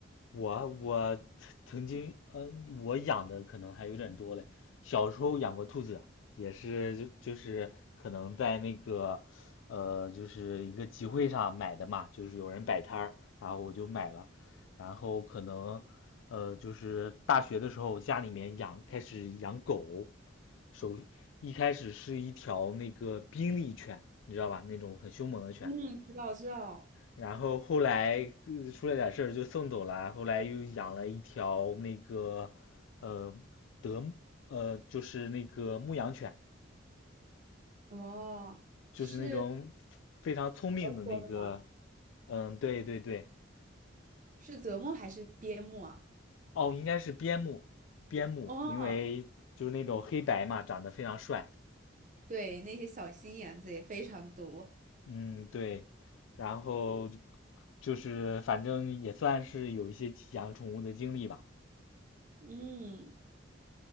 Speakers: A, on the left; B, on the right.
A: 我我曾经，呃，我养的可能还有点多嘞。小时候养过兔子，也是就就是可能在那个，呃，就是一个集会上买的嘛，就是有人摆摊儿，然后我就买了。然后可能，呃，就是大学的时候家里面养开始养狗，首一开始是一条那个宾利犬，你知道吧？那种很凶猛的犬。
B: 嗯，知道知道。
A: 然后后来、呃出了点事儿就送走了，后来又养了一条那个呃德呃就是那个牧羊犬，
B: 哦，
A: 就是那种非常聪明的那个，
B: 是德国的吗？
A: 嗯，对对对，
B: 是德牧还是边牧啊？
A: 哦，应该是边牧，边牧，
B: 哦，
A: 因为就是那种黑白嘛，长得非常帅，
B: 对，那些小心眼子也非常多。
A: 嗯，对，然后就是反正也算是有一些养宠物的经历吧，
B: 嗯，